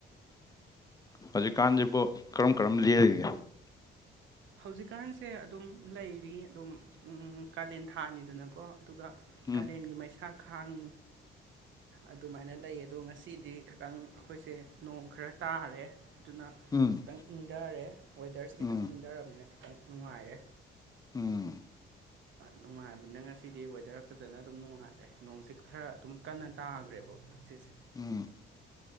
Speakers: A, on the left; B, on the right.
A: ꯍꯧꯖꯤꯛꯀꯥꯟꯁꯤꯕꯨ ꯀꯔꯝ ꯀꯔꯝ ꯂꯜꯂꯤꯒꯦ
B: ꯍꯧꯖꯤꯛꯀꯥꯟꯁꯦ ꯑꯗꯨꯝ ꯂꯩꯔꯤ ꯑꯗꯨꯝ ꯀꯥꯂꯦꯟ ꯊꯥꯅꯤꯗꯅꯀꯣ ꯑꯗꯨꯒ
A: ꯎꯝ
B: ꯀꯥꯂꯦꯟꯒꯤ ꯃꯩꯁꯥ ꯈꯥꯡ ꯑꯗꯨꯃꯥꯏꯅ ꯂꯩ ꯑꯗꯣ ꯉꯁꯤꯗꯤ ꯈꯤꯇꯪ ꯑꯩꯈꯣꯏꯁꯦ ꯅꯣꯡ ꯈꯔ ꯇꯥꯔꯦ ꯑꯗꯨꯅ
A: ꯎꯝ
B: ꯈꯤꯇꯪ ꯏꯪꯊꯔꯦ ꯋꯦꯗꯔꯁꯦ ꯈꯤꯇꯪ
A: ꯎꯝ
B: ꯏꯪꯊꯔꯕꯅꯤꯅ ꯈꯤꯇꯪ ꯅꯨꯡꯉꯥꯏꯔꯦ
A: ꯎꯝ
B: ꯅꯨꯡꯉꯥꯏꯕꯅ ꯉꯁꯤꯗꯤ ꯋꯦꯗꯔ ꯐꯖꯅ ꯑꯗꯨꯝ ꯅꯨꯡꯉꯥꯏꯔꯦ ꯅꯣꯡꯁꯤꯦ ꯈꯔ ꯑꯗꯨꯝ ꯀꯟꯅ ꯇꯥꯈ꯭ꯔꯦꯕ ꯉ ꯁꯤꯁꯦ
A: ꯎꯝ